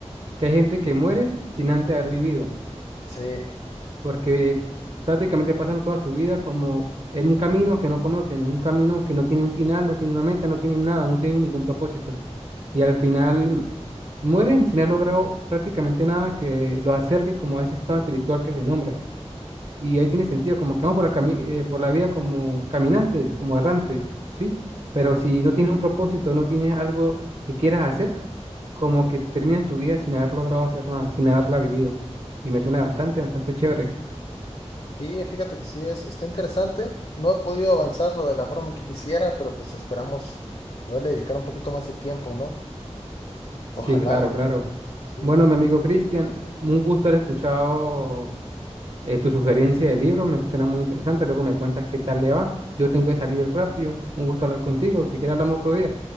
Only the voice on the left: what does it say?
Sí,
sí, fíjate que sí es, está interesante. No he podido avanzarlo de la forma que quisiera, pero pues esperamos poderle dedicar un poquito más de tiempo, ¿no? Ojalá.
Sí.